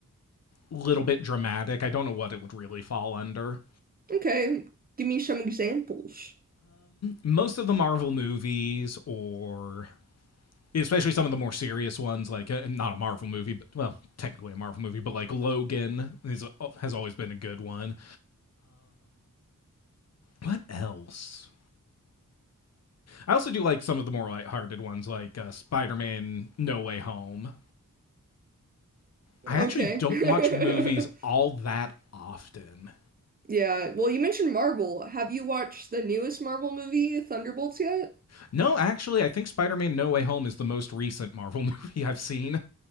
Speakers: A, on the left; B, on the right.
A: little bit dramatic. I don't know what it would really fall under.
B: Okay, give me some examples.
A: Most of the Marvel movies or especially some of the more serious ones like uh, not a Marvel movie, but well, technically a Marvel movie, but like Logan is, uh, has always been a good one. What else? I also do like some of the more lighthearted ones like uh, Spider-Man No Way Home
B: Okay.
A: I actually don't
B: <laughs>
A: watch movies all that often.
B: Yeah. Well, you mentioned Marvel. Have you watched the newest Marvel movie, Thunderbolts, yet?
A: No, actually, I think Spider Man No Way Home is the most recent Marvel <laughs> movie I've seen.